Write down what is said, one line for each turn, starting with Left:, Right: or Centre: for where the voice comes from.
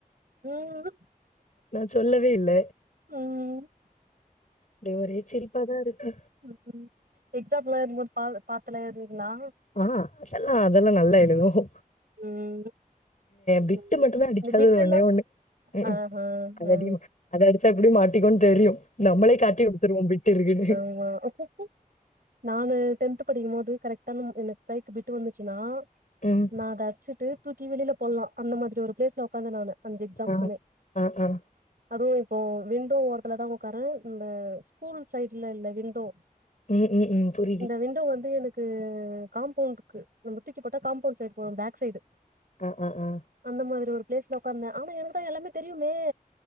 Right: <unintelligible>
Left: நா சொல்லவே இல்ல
Right: ம்
Left: இங்க ஒரே சிரிப்பாதா இருக்கு
Right: ம் ம் எக்ஸாம்லா எழுதும்போது பா பாத்லா எழுதுவீங்ளா
Left: ஆ அதெல்லா அதெல்லா நல்லா எழுதுவோ
Right: ம்
Left: பிட்டு
Right: ம்
Left: மட்டு்தா அடிக்காதது
Right: இந்த பிட்டுல்லா
Left: ஒண்ணே ஒண்ணு ம்
Right: ஆஹா
Left: அதடிக்கணு
Right: ஆ
Left: அதடி எப்டி மாட்டிக்கோன்னு தெரியு நம்மளே காட்டி குடுத்துருவோ பிட்டு இருக்குன்னு
Right: <unintelligible> நான் டென்த் படிக்கும் போது கரெக்டா நம் என் கைக்கு பிட்டு வந்துச்சுனா
Left: ம்.
Right: நா அதை அச்சிட்டு தூக்கி வெளியில போலாம் அந்த மாதிரி ஒரு பிளேஸ்ல உக்காந்தே நானு அஞ்சு எக்ஸாம்க்குமே
Left: ஆ. ஆ, ஆ.
Right: அதுவு இப்போ விண்டோ ஓரத்துல தா உக்காந் க்கறே இந்த ஸ்கூல் சைட்ல உள்ள விண்டோ
Left: ம், ம், ம். புரியுது.
Right: இந்த விண்டோ வந்து எனக் க்கு காம்பவுண்ட்க்கு நம்ம தூக்கி போட்டா காம்பௌண்ட் சைடு போறோ பேக் சைடு
Left: ஆ ஆ ஆ
Right: அந்த மாதிரி ஒரு பிளேஸ்ல உக்காந்தே ஆனா எனக்குதா எல்லாமே தெரியுமே